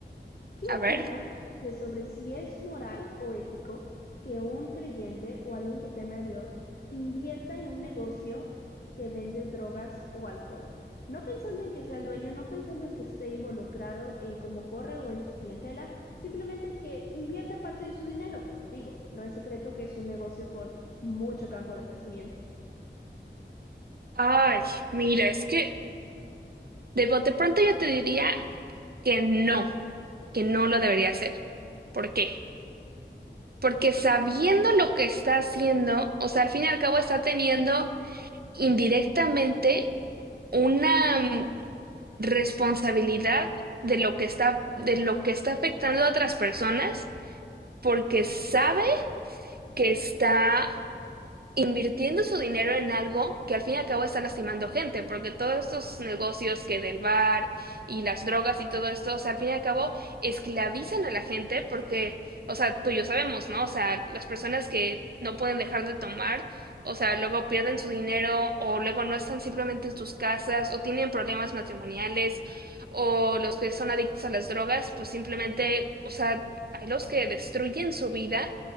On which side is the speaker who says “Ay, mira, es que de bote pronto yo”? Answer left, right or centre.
Right